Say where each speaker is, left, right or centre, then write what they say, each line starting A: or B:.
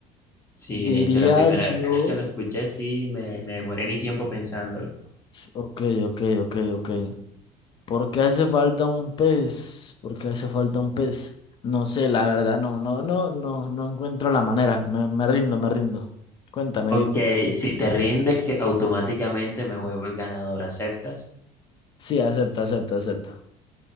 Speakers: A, on the left (about 20°); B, on the left (about 35°).
A: Sí,
B: diría
A: de hecho, la primera
B: yo,
A: vez que lo escuché, sí, me, me demoré mi tiempo pensándolo.
B: ok, ok, ok, ok. ¿Por qué hace falta un pez? ¿Por qué hace falta un pez? No sé, la verdad, no, no, no, no, no encuentro la manera. Me, me rindo, me rindo. Cuéntame,
A: Ok,
B: dime.
A: si te rindes, que automáticamente me vuelvo el ganador, ¿aceptas?
B: Sí, acepto, acepto, acepto.